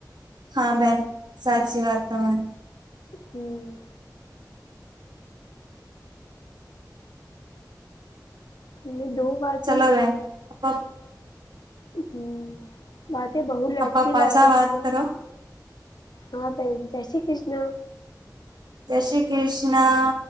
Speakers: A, on the right (about 80°); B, on the left (about 70°).
A: હા બહેન. સાચી વાત તમારી.
B: હમ્મ. <unintelligible> દો વાગે
A: ચલો બહેન. <unintelligible>
B: હમ્મ. વાતે બહુ લડતી
A: આપા પાછા
B: લાગે
A: વાત
B: છે.
A: કરો
B: હા બહેન. જય શ્રી કૃષ્ણ.
A: જય શ્રી કૃષ્ણા.